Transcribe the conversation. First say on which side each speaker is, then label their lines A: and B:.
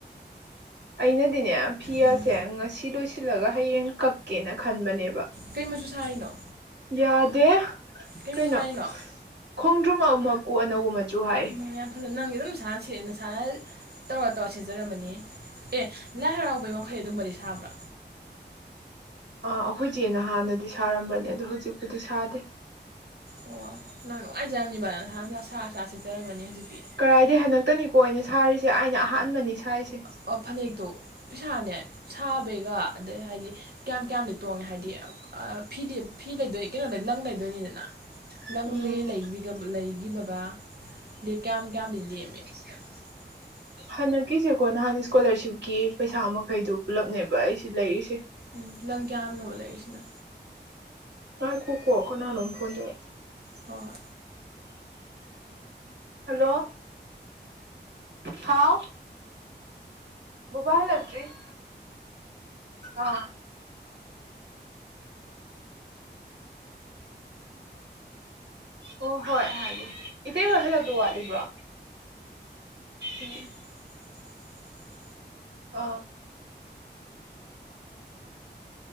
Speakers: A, on the right; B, on the right.
A: ꯑꯩꯅꯗꯤꯅꯦ ꯐꯤꯒꯁꯦ
B: ꯎꯝ
A: ꯉꯁꯤ ꯂꯣꯏꯁꯤꯜꯂꯒ ꯍꯌꯦꯡ ꯀꯛꯀꯦꯅ ꯈꯟꯕꯅꯦ
B: ꯀꯩ ꯃꯆꯨ ꯁꯥꯔꯤꯅꯣ
A: <unintelligible> ꯌꯥꯗꯦ
B: ꯀꯩ
A: ꯀꯩꯅꯣ
B: ꯃꯆꯨ ꯁꯥꯔꯤꯅꯣ
A: ꯈꯣꯡꯗ꯭ꯔꯨꯝ ꯑ ꯃꯀꯨ ꯑꯅꯧꯕ ꯃꯆꯨ ꯍꯥꯏ
B: ꯍ ꯌꯥꯝ ꯐꯖꯅ ꯅꯪꯗꯤ ꯑꯗꯨꯝ ꯁꯥꯟꯅ ꯁꯦꯠꯅ ꯅꯁꯥꯅ ꯇꯧꯔ ꯇꯧꯔ ꯁꯦꯠꯆꯔꯃꯅꯤ ꯑꯦ ꯂꯥꯏ ꯍꯔꯥꯎꯕꯩ ꯋꯥꯡꯈꯩ ꯑꯗꯨꯝꯕꯗꯤ ꯁꯥꯕ꯭ꯔꯥ
A: ꯑꯥ ꯑꯩꯈꯣꯏꯆꯦꯅ ꯍꯥꯟꯅꯗꯤ ꯁꯥꯔꯝꯕꯅꯦ ꯑꯗꯣ ꯍꯧꯖꯤꯛꯄꯨꯗꯤ ꯁꯥꯗꯦ
B: ꯑꯣ ꯅꯪ ꯅꯨꯡꯉꯥꯏꯖꯔꯝꯅꯤꯕ ꯅꯁꯥꯟ ꯁꯥ ꯁꯥ ꯁꯦꯠꯆꯔꯝꯃꯅꯤ ꯍꯧꯖꯤꯛꯇꯤ
A: ꯀꯔꯥꯏꯗꯩ ꯍꯟꯗꯛꯇꯅꯤꯀꯣ ꯑꯩꯅ ꯁꯥꯔꯤꯁꯦ ꯑꯩꯅ ꯑꯍꯥꯟꯕꯅꯤ ꯁꯥꯏꯁꯦ
B: ꯑꯣ ꯐꯅꯦꯛꯇꯣ ꯄꯩꯁꯥꯅꯦ ꯁꯥꯕꯩꯒ ꯑꯗꯩ ꯍꯥꯏꯗꯤ ꯀꯌꯥꯝ ꯀꯌꯥꯝꯗꯤ ꯇꯣꯡꯉꯦ ꯍꯥꯏꯗꯤ ꯐꯤꯗꯤ ꯐꯤ ꯂꯩꯗꯣꯏ ꯀꯩꯅꯣ ꯂꯪ ꯂꯩꯗꯣꯏꯅꯤꯗꯅ ꯂꯪ
A: ꯎꯝ
B: ꯀꯩꯀꯩ ꯂꯩꯈꯤꯕꯤꯒ ꯂꯩꯈꯤꯕꯒ ꯂ‌ꯦꯝ ꯀꯌꯥꯝ ꯀꯌꯥꯝꯗꯤ ꯂꯦꯝꯃꯦ <unintelligible>
A: ꯍꯥꯟꯗꯛꯀꯤꯁꯦꯀꯣ ꯅꯍꯥꯟ ꯏꯁꯀꯣꯂꯥꯔꯁꯤꯞꯀꯤ ꯄꯩꯁꯥ ꯃꯈꯩꯗꯨ ꯄꯨꯜꯂꯞꯅꯦꯕ ꯑꯩꯁꯤ ꯂꯩꯔꯤꯁꯦ
B: ꯎꯝ ꯂꯪ ꯀꯌꯥꯝꯅ‌ꯣꯕ ꯂꯩꯔꯤꯁꯤꯅ
A: ꯉꯥꯏꯈꯣꯀꯣ ꯀꯅꯥꯅꯣꯝ ꯐꯣꯟ ꯇꯧꯔꯛꯑ
B: ꯍꯣꯏ ꯍꯣꯏ
A: ꯍꯜꯂꯣ ꯍꯥꯎ ꯕꯕꯥ ꯍꯜꯂꯛꯇꯔꯤ ꯑꯥ ꯑꯣ ꯍꯣꯏ ꯍꯥꯏꯒ‌ꯦ ꯏꯇꯩ ꯍ‌ꯣꯏ ꯍꯜꯂꯛꯗꯣ ꯋꯥꯠꯂꯤꯕ꯭ꯔꯣ ꯎꯝ
B: <inaudible>
A: ꯑꯥ꯫